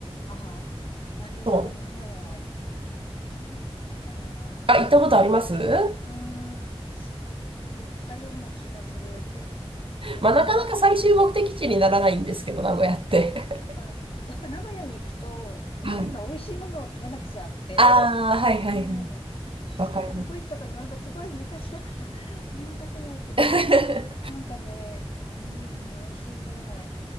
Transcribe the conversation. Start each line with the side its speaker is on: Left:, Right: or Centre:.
Left: ああ、
Right: <laughs>
Left: 名古屋、
Right: そう。
Left: 名古屋はい一回行ったかな。
Right: あ、行ったことあります
Left: う
Right: <laughs>
Left: ーん、確か寄ったような気がする。で、あの、
Right: まあ、なかなか最終目的地にならないんですけど、
Left: た、
Right: 名古屋って。
Left: なんか、やっぱ名古屋に行くと何か美味しいものを食べなくちゃあって、
Right: <laughs> はい。ああ、はいはいはい。
Left: うん。え、
Right: わかりま
Left: それでどこ行ったかななんかすごい昔だから <laughs> 思い出せないけど、
Right: す。
Left: なんかね、うーん、美味しいものが、